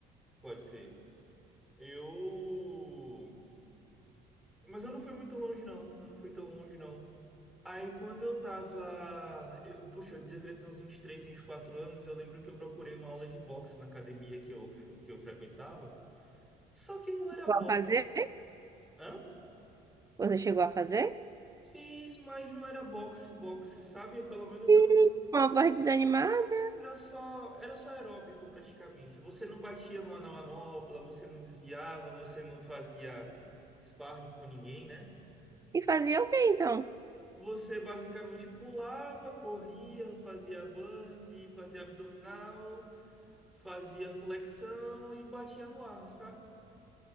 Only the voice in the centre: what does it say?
pode ser. Eu. Mas eu não fui muito longe, não. Eu não fui tão longe, não. Aí quando eu tava. Eu, poxa, eu deveria ter uns 23, quatro anos. Eu lembro que eu procurei uma aula de boxe na academia que eu, fu- que eu frequentava. Só que não era
boxe.
Hã?
Fiz, mas não era boxe, boxe, sabe? Pelo menos eu
não.
Era só, era só aeróbico praticamente. Você não batia numa na manopla, você não desviava, você não fazia sparring com ninguém, né?
Você basicamente pulava, corria, fazia burpee, fazia abdominal, fazia flexão e batia no ar, sabe?